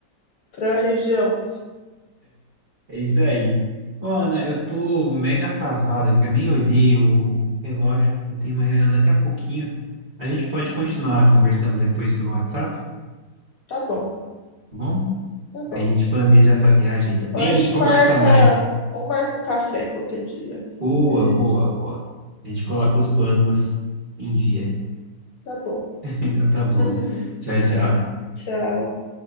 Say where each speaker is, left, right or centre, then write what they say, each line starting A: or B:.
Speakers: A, on the left (about 65°); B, on the right (about 50°).
A: para a região.
B: É isso aí. Bom, Ana, eu tô mega atrasado aqui, eu nem olhei o, o relógio. Eu tenho uma reunião daqui a pouquinho. A gente pode continuar conversando depois pelo WhatsApp, tá
A: Tá bom,
B: bom?
A: tá bom.
B: Aí a gente planeja essa viagem aí também
A: Ou a gente
B: e conversa
A: marca,
B: mais.
A: ou marca um café qualquer dia.
B: Boa,
A: Aí,
B: boa, boa. A gente coloca os planos em dia.
A: tá bom.
B: <laughs> Então tá bom.
A: <laughs>
B: Tchau, tchau.
A: Tchau.